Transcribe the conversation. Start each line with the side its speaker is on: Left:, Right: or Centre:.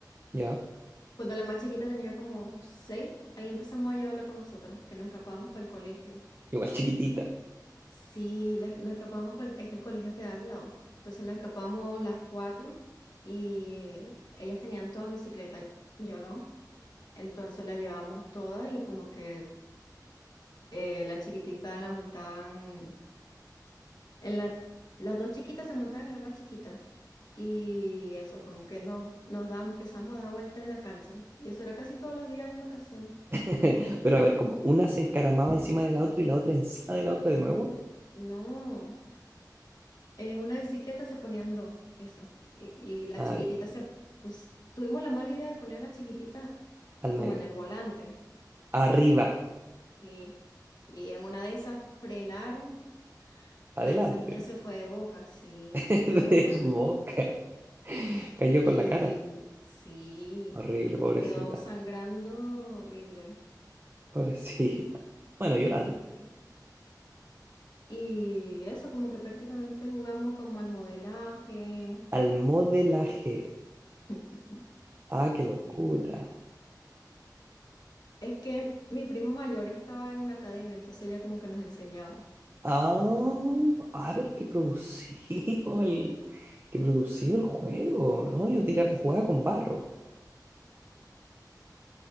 Right: Ya,
Left: Cuando la más chiquita tenía como seis, ahí empezamos a llevarla con nosotras, que nos escapábamos para el colegio.
Right: igual chiquitita.
Left: Sí, la- nos escapamos, por el- es que el colegio queda al lado. Entonces nos escapamos las cuatro y eh, ellas tenían todas bicicletas, yo no. Entonces la llevamos todas y como que eh, la chiquitita la montaban, en la, las dos chiquitas se montaban en la más chiquita. Y eso, como que nos, nos da, empezamos a dar vuelta en la cancha. Y eso era casi todos los días en vacaciones.
Right: <laughs> Pero a ver, como una se encaramaba encima de la otra y la otra encima de la otra de nuevo.
Left: No. En una bicicleta se ponían dos, eso. Y, y la
Right: Ah,
Left: chiquitita
Right: ya,
Left: se pus- Tuvimos la mala idea de poner a la chiquitita
Right: al
Left: como
Right: medio.
Left: en el volante,
Right: Arriba,
Left: sí. Y en una de esas frenaron y
Right: adelante,
Left: esa niña se fue de boca, sí,
Right: <laughs>
Left: se fue de boca.
Right: de boca. Cayó
Left: Y
Right: con la cara.
Left: sí,
Right: Horrible, pobrecita,
Left: y quedó sangrando horrible.
Right: pobrecita. Bueno, llorando.
Left: Sí. Y eso, como que prácticamente jugamos como al modelaje.
Right: Al modelaje.
Left: <laughs>
Right: Ah, qué locura.
Left: Sí. Es que mi primo mayor estaba en una academia, entonces ella como que nos enseñaba.
Right: Ah, ah, pero qué producido el, qué producido el juego, ¿no? Yo tira-
Left: Sí.
Right: jugaba con barro.